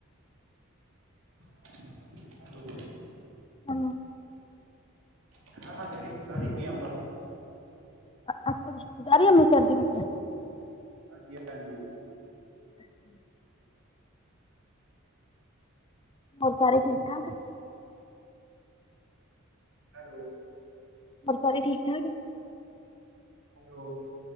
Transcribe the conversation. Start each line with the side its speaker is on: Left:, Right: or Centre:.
Right: hello
Left: hello hello
Right: ਐਨਾ, ਸਾਡੀ ਰਿਸ਼ਤੇਦਾਰੀ
Left: ਹੈਲੋ,
Right: ਵੀ ਐ। ਅਮਬਰ
Left: ਅੱਛਾ। ਰਿਸ਼ਤੇਦਾਰੀ ਵੀ ਐ ਅਮ੍ਰਿਤਸਰ ਵਿੱਚ।
Right: ਹਾਂਜੀ ਹਾਂਜੀ
Left: ਅੱਛਾ ਹੋਰ ਸਾਰੇ ਠੀਕ-ਠਾਕ?
Right: ਹੈਲੋ
Left: ਹੋਰ ਸਾਰੇ ਠੀਕ-ਠਾਕ?
Right: ਹੈਲੋ